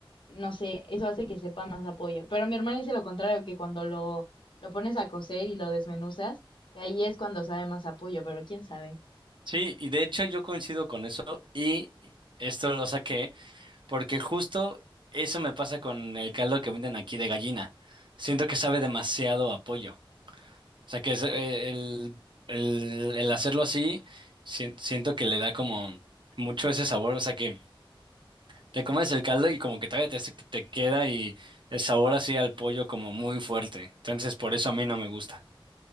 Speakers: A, on the left; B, on the right.
A: no sé, eso hace que sepa más a pollo. Pero mi hermana dice lo contrario, que cuando lo, lo pones a cocer y lo desmenuzas, que ahí es cuando sabe más a pollo, pero quién sabe.
B: Sí, y de hecho yo coincido con eso y esto lo saqué. porque justo eso me pasa con el caldo que venden aquí de gallina. Siento que sabe demasiado a pollo. O sea, que es, eh, el, el- el hacerlo así, si- siento que le da como mucho ese sabor. O sea, que te comes el caldo y como que todavía te, te queda y el sabor así al pollo como muy fuerte. Entonces, por eso a mí no me gusta.